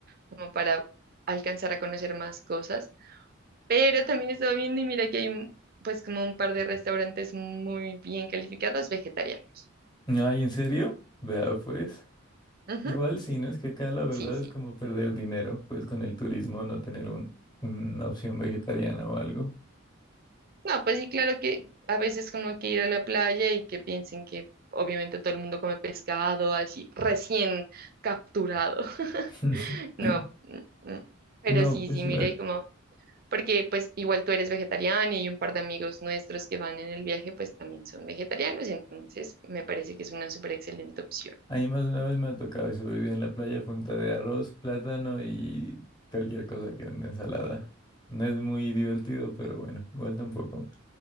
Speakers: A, on the right; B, on the left.
A: como para alcanzar a conocer más cosas, pero también estaba viendo y mira que hay, un- pues, como un par de restaurantes muy bien calificados vegetarianos.
B: Ay, ¿en serio? Vea, pues.
A: Ujú,
B: Igual sí, ¿no? Es que acá la verdad
A: Sí, sí.
B: es como perder dinero, pues con el turismo, no tener un, una opción vegetariana o algo.
A: No, pues sí, claro que a veces como que ir a la playa y que piensen que obviamente todo el mundo come pescado así recién capturado. <laughs>
B: <laughs>
A: No, mm, mm. pero
B: No,
A: sí,
B: pues
A: sí,
B: igual.
A: mire como, porque pues igual tú eres vegetariana y un par de amigos nuestros que van en el viaje pues también son vegetarianos, entonces me parece que es una súper excelente opción.
B: A mí más de una vez me ha tocado y sobreviví en la playa a punta de arroz, plátano y cualquier cosa que una ensalada. No es muy divertido, pero bueno, igual tampoco.